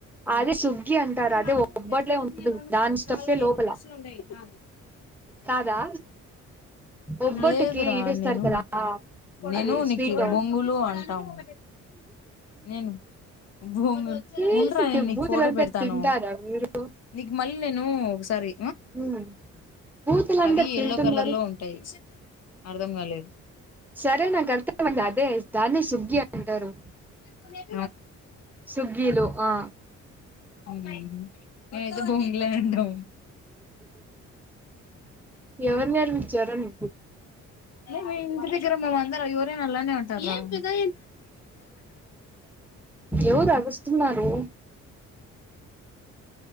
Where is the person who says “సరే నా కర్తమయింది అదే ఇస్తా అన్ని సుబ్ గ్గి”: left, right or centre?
Centre